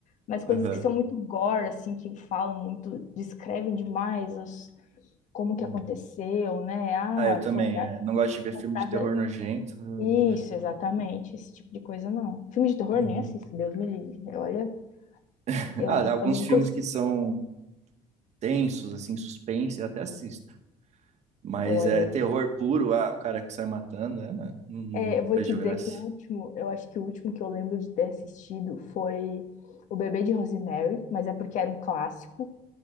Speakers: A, on the left (about 55°); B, on the right (about 50°).
A: Mas coisas
B: Aham.
A: que são muito gore, assim, que falam muito, descrevem demais os, como que
B: Uhum.
A: aconteceu, né? Ah,
B: Ah, eu também,
A: foi a
B: é, não gosto de ver
A: comprada.
B: filme de terror nojento.
A: Isso,
B: É.
A: exatamente. Esse tipo de coisa não. Filme de terror
B: Uhum.
A: nem assisto, Deus me livre. Olha,
B: <laughs>
A: eu,
B: Ah, alguns
A: eu nem
B: filmes
A: consigo.
B: que são tensos, assim, suspense, eu até assisto. Mas
A: Olha,
B: é terror puro, ah, o cara que sai matando, é, né? Não, não
A: é, eu vou
B: vejo
A: te dizer
B: graça.
A: que o último, eu acho que o último que eu lembro de ter assistido foi O Bebê de Rosemary, mas é porque era um clássico